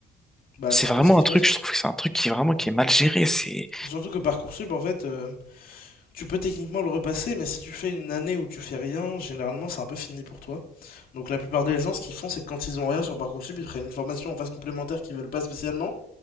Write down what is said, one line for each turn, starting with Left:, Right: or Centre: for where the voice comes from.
Left: Bah,
Centre: C'est
Left: c'est
Centre: vraiment
Left: un peu ce qui
Centre: un
Left: se
Centre: truc,
Left: passe.
Centre: je trouve que c'est un truc qui est vraiment qui est mal géré, c'est,
Left: Surtout que Parcoursup, en fait, euh, Tu peux techniquement le repasser, mais si tu fais une année où tu fais rien, généralement c'est un peu fini pour toi. Donc la plupart des gens, ce qu'ils font, c'est que quand ils ont rien sur Parcoursup, ils prennent une formation en phase complémentaire qu'ils veulent pas spécialement.